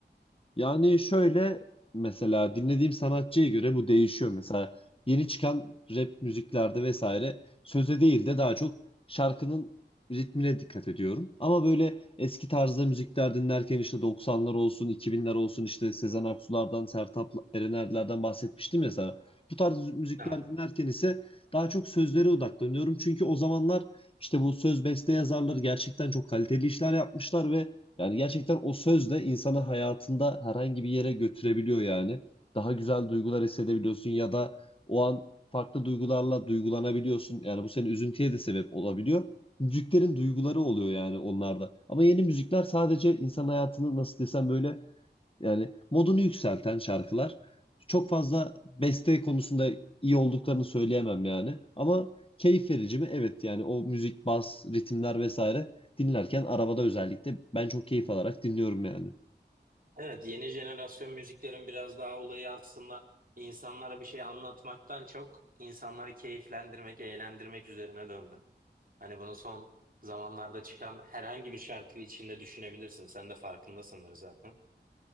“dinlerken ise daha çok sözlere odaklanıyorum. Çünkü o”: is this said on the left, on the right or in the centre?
Left